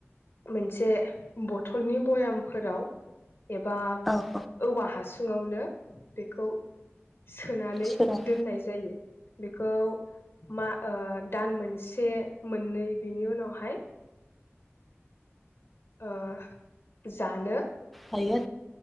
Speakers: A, on the left; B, in the centre.
A: मोनसे बथलनि बयामफोराव एबा
B: औ
A: औवा हासुङावनो बेखौ सोनानै
B: सोनाब
A: दोननाय जायो बेखौ मा ओ- दान मोनसे मोननै बिनि उनावहाय ओ- जानो
B: हायो